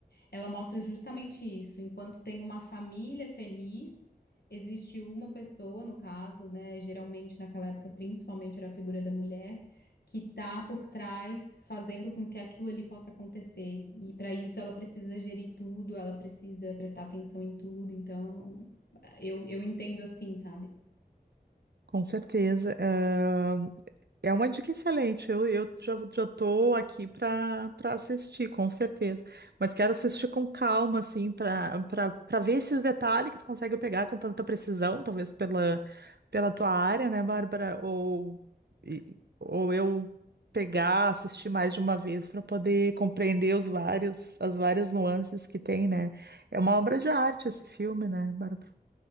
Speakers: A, on the left; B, on the right.
A: Ela mostra justamente isso. Enquanto tem uma família feliz, existe uma pessoa, no caso, né? Geralmente naquela época, principalmente era a figura da mulher, que tá por trás, fazendo com que aquilo ali possa acontecer. E para isso ela precisa gerir tudo, ela precisa prestar atenção em tudo. Então, eu, eu entendo assim, sabe?
B: Com certeza. eh, É uma dica excelente. Eu, eu já, já tô aqui para para assistir, com certeza. Mas quero assistir com calma, assim, para para para ver esses detalhes que tu consegue pegar com tanta precisão, talvez pela, pela tua área, né, Bárbara? Ou, e- ou eu pegar, assistir mais de uma vez para poder compreender os vários, as várias nuances que tem, né? É uma obra de arte esse filme, né, Bárbara?